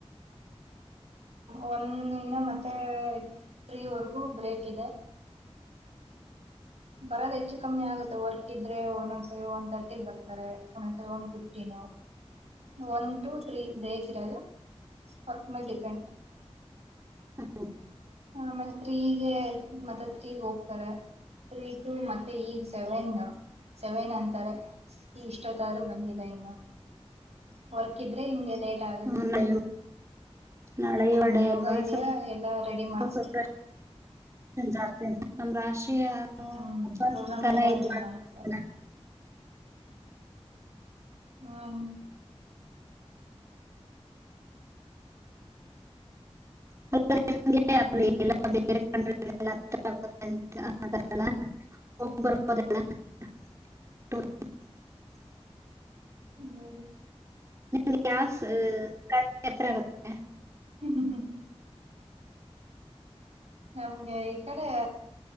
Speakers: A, on the right (about 75°); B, on the right (about 25°).
A: ವಂದಿಂದ ಮತ್ತೆ ತ್ರೀವರೆಗೂ ಬ್ರೇಕ್ ಇದೆ ಬರೋದು ಹೆಚ್ಚು ಕಮ್ಮಿ ಆಗುತ್ತೆ ವರ್ ಇದ್ರೆ ಒಂದೊಂದ್ಸರಿ ಒನ್ ತರ್ಟಿಗ್ಗೆ ಬರ್ತಾರೆ ಒಂದೊಂದ್ಸರಿ ಒನ್ ಫಿಫ್ಟಿನ ಒನ್ ಟು ೀ ಬ್ರೇಕ್ ಇರೋದು ವರ್ಕ್ ಮೇಲ್ ಡಿಪೆಂಡ್
B: ಹ
A: ಆ ಆಮೇಲೆ ತ್ರೀಗೆ ಮತ್ತೆ ತ್ರೀಗೆ ಹೋಗ್ತಾರೆ ತ್ರೀ ಟು ಮತ್ತೆ ಈಗ್ ಸೆವೆನ್ ಸೆವೆನ್ ಅಂತಾರೆ ಇಷ್ಟೊತ್ತಾದ್ರೂ ಬಂದಿಲ್ಲ ಇನ್ನು ಹೊರ್ಕಿದ್ರೆ ಹಿಂಗೆ ಲೇಟ್ ಆಗುತ್ತೆ
B: ನಾಳೆ ನಾಳೆ
A: ಹ್ಮ್
B: ಏಳ್ ಡೇ
A: ಯೋಗ
B: ಅಲ್ವಾ
A: ಇದ್ಯ
B: ಸ್ವಲ್ಪ
A: ಎಲ್ಲಾ ರೆಡಿ ಮಾಡ್ಸ್ಬೇಕ
B: ಪ್ರಿಪರೇಷನ್ ಜಾಸ್ತಿ ನಮ್ಮ ರಾಷ್ಟ್ರೀಯ
A: ಹ್ಮ್
B: ಹಬ್ಬ
A: ಪ್ರೋಗ್ರಾಮ್ಗೆಲ್ಲ
B: ತನ ಇದ
A: ರೆಡಿ
B: <inaudible> <inaudible>
A: ಮಾಡಿಸ್ತಾರೆ ಹ್ಮ
B: ಹ <inaudible> <unintelligible> <inaudible>
A: ಹ್ಮ
B: ನಿಮಗೆ ಯಾವ ಸ ಕನಸು ಎಚ್ಚರ ಆಗುತ್ತೆ
A: ಹ್ಮ್ ಹ್ಮ್ ನಮ್ಗೆ ಈ ಕಡೆ